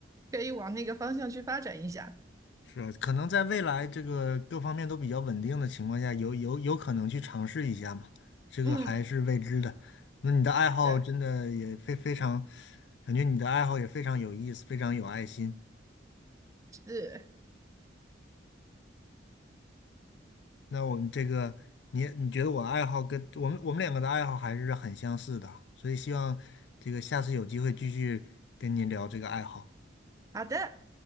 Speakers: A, on the right (about 15°); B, on the left (about 65°).
A: 可以往那个方向去发展一下，
B: 是吧？可能在未来这个各方面都比较稳定的情况下，有有有可能去尝试一下嘛，这个还是未知的。
A: 嗯，
B: 那你的爱好真的也非非常，
A: 对，
B: 感觉你的爱好也非常有意思，非常有爱心。
A: 是
B: 那我们这个，你你觉得我爱好跟我们我们两个的爱好还是很相似的啊，所以希望这个下次有机会继续跟您聊这个爱好。
A: 好的。